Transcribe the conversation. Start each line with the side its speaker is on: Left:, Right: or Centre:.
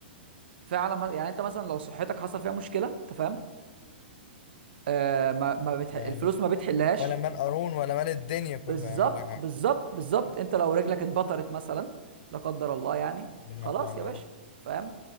Right: فعلا ما- يعني انت مثلا لو صحتك حصل فيها مشكلة انت فاهم آه ما ما بتح...
Left: يعني
Right: الفلوس ما بتحلهاش
Left: ولا مال قارون ولا مال الدنيا
Right: بالظبط
Left: كله يعمل لك حاجه
Right: بالظبط بالظبط انت لو رجلك اتبطرت مثلا لا قدر الله يعني
Left: ربنا
Right: خلاص
Left: يعفو عنا
Right: يا باشا
Left: يا رب
Right: فاهم